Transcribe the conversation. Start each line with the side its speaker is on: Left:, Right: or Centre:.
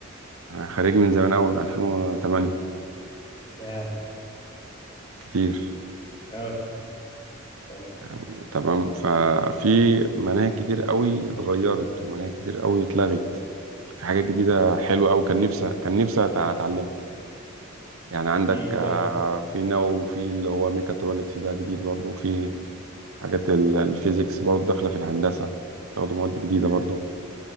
Right: انا خريج من زمان قوي من 2008
Left: ياه
Right: كتير
Left: اه فاهمك.
Right: يعني تمام ففي مناهج كتير قوي اتغيرت ومناهج كتير قوي اتلغت في حاجات جديدة حلوة قوي كان نفسي كان نفسي أتع- اتعلمها يعني عندك
Left: امم
Right: آه،
Left: فاهم
Right: في نووي وفي اللي هو ميكاترونكس ده جديد برضه وفي حاجات ال- الفيزيكس برضو داخلة في الهندسة تاخدوا مواد جديدة برضو